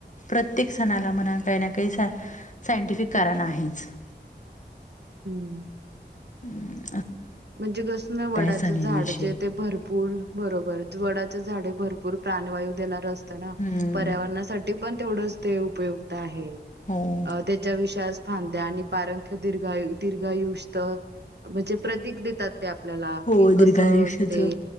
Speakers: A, on the left; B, on the right.
A: प्रत्येक सणाला म्हणा, काही ना काही सा सायंटिफिक कारण आहे. ह् <inaudible>
B: हम्म.
A: हम्म.
B: म्हणजे कस ना, वडाच
A: सणांविषयी
B: झाड, जे ते भरपूर बरोबर. वडाचे झाडे भरपूर प्राणवायू देणार असतं ना,
A: हम्म
B: पर्यावरणासाठी पण तेवढंच ते उपयुक्त आहे.
A: हो.
B: हे त्याच्या विषयी आज फांद्या आणि पारंख्य, दीर्घा दीर्घायुष म्हणजे प्रतीिक देतात. ते आपल्याला.
A: हो
B: कि कस
A: दीर्घायुष्याचं.
B: असते,